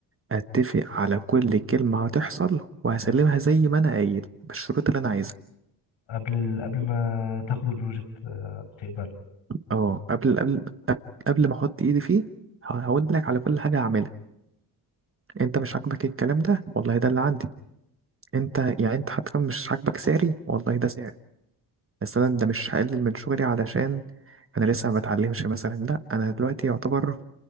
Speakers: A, on the right; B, on the left.
A: اتفق على كل كلمه هتحصل وهسلمها زي ما انا قايل بالشروط اللي انا عايزها
B: قبل ال... قبل ما تاخد البروجكت آه، تقبله
A: اه قبل قبل قبل قبل ما احط ايدي فيه ه- هقول لك على كل حاجه هعملها انت مش عاجبك الكلام ده والله ده اللي عندي انت يعني انت حتى مش عاجبك سعري والله ده سعري بس انا ده مش هقلل من شغلي علشان انا لسه ما بتعلمش مثلا لا انا دلوقتي يعتبر